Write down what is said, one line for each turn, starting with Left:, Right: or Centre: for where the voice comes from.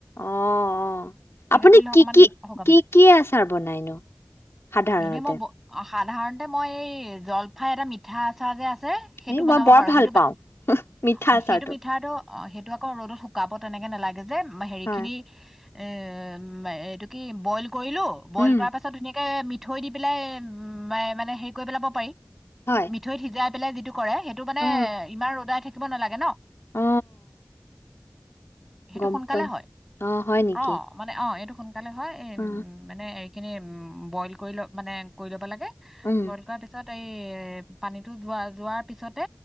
Left: অ অ আপুনি
Centre: কৰিলে অকণমান
Left: কি কি কি কি আচাৰ বনাইনো সাধাৰণতে
Centre: এনেই মই ব- অ, সাধাৰণতে মই এই জলফাই এটা মিঠা আচাৰ যে আছে চেই সেইটো
Left: এই
Centre: বনাব
Left: মই বৰ
Centre: পাৰো
Left: ভাল
Centre: সেইটো বা
Left: পাওঁ মিঠা
Centre: অ
Left: আচাৰটো
Centre: সেইটো মিঠাটো অ সেইটো আকৌ ৰ'দত শুকাব তেনেকে নেলাগে যে মেহেৰি
Left: হয়
Centre: খিনি এ মে এইটো কি বইল কৰিলো বইল
Left: উম
Centre: কৰাৰ পাছত ধুনীয়াকে মিট থৈ দি পেলাই মায়ে মানে হেৰি কৰি পেলাব পাৰি
Left: হয়
Centre: মিঠৈত সিজাইব পেলাই দিটোক কৰে সেইটো মানে
Left: অ
Centre: এ আই উদাই থাকিব নেলাগে ন
Left: অ
Centre: সেইটো
Left: গম
Centre: সোনকালে
Left: পান
Centre: হয়
Left: অ হয় নেকি
Centre: অ মানে অ এইটো তালে হয় এ এম
Left: অ
Centre: মানে এক খিনি বইল কৰি ল মানে কৰি ল'ব লাগে।
Left: উম
Centre: বইল কৰ পিছত এই এই পানীতো যোৱা যোৱাৰ পিছতে